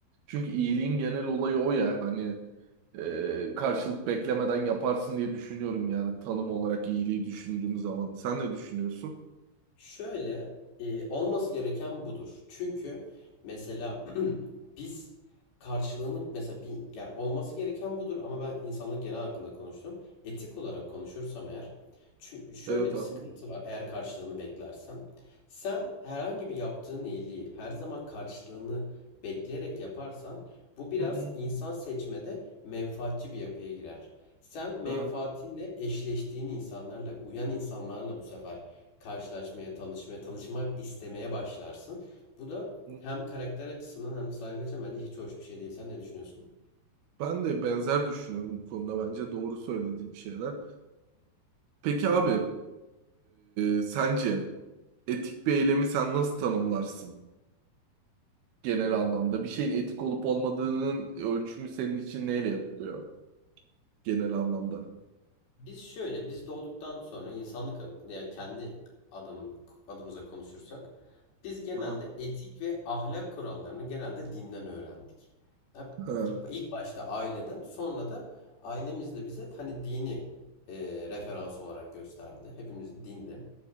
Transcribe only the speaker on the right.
Çünkü iyiliğin genel olayı o ya hani e, karşılık beklemeden yaparsın diye düşünüyorum yani tanım olarak iyiliği düşündüğüm zaman. Sen ne düşünüyorsun?
Evet
abi.
Hı hı.
Aha.
Hı.
Ben de benzer düşünüyorum bu konuda bence doğru söylediğim şeyler. Peki abi e, sence etik bir eylemi sen nasıl tanımlarsın? genel anlamda? Bir şeyin etik olup olmadığının ölçümü senin için neyle yapılıyor genel anlamda?
Aha.
Ha,